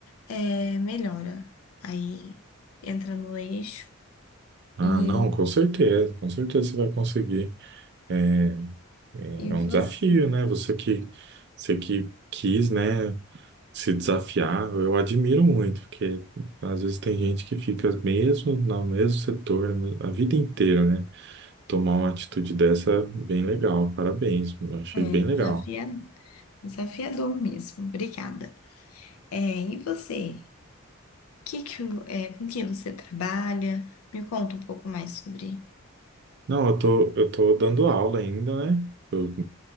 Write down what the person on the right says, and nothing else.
Ah,
não, com certeza, com certeza você vai conseguir. É, é
é um
desafio, né? Você que, você que quis, né, se desafiar, eu admiro muito, porque às vezes tem gente que fica mesmo no mesmo setor a vida inteira, né? Tomar uma atitude dessa, é bem legal, parabéns, eu achei
bem
legal.
Não, eu tô, eu tô dando aula ainda, né? Eu,